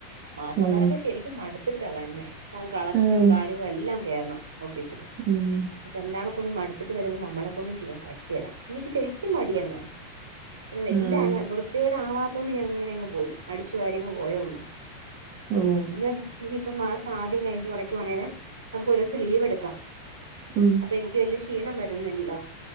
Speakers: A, on the right; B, on the right.
A: മാസ
B: ഉം.
A: അവസാനക്കെ ശരിക്കും അടുത്തിട്ടാ വന്നേ കാരണം കളക്ഷനും
B: ഉം.
A: കാര്യങ്ങളും എല്ലാം കേയറണം ഓഫീസില്
B: ഉം
A: ഇത എല്ലാട കൂടി മടുത്തിട്ട് വരുമ്പോൾ നമ്മളെ കൊണ്ടും ചെയ്യാൻ പറ്റില്ല ഇനിക്ക് ശരിക്കും മടിയന്ന പി ന്നെ വല്
B: ആഹ്.
A: അ വൃത്തിടെ ആവാത്തോണ്ട് ഞാൻ ഇങ്ങനെ അങ്ങ് പോയി അടിച്ചു വാരി അങ്ങ് പോയള്ളു
B: ഓഹ്.
A: എന്ത ഇനിയിപ്പ മാസം ആദ്യം കഴിഞ്ഞട്ട് തുടയ്ക്കുവാണെങ്കില് നമുക്ക് ഒരു ദിവസം ലീവ് എടുക്കാം
B: ഉം
A: അ എനിക്ക് വലിയ ക്ഷീണം വരുന്നില്ലോ